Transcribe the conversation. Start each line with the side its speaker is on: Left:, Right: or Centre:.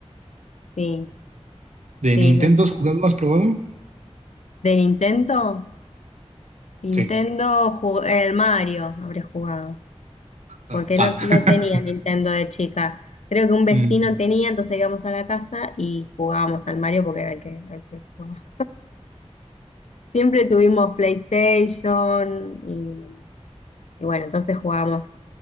Left: sí, sí,
Right: ¿De Nintendo
Left: me suena.
Right: has jugado? ¿Has probado?
Left: ¿De Nintendo? Nintendo,
Right: Sí,
Left: ju- el Mario habré jugado, porque
Right: Ah, pa.
Left: no, no
Right: <laughs>
Left: tenía Nintendo de chica. Creo que un vecino
Right: Mm.
Left: tenía, entonces íbamos a la casa y jugábamos al Mario porque era el que, el que jugaba. Siempre tuvimos PlayStation Y bueno, entonces jugábamos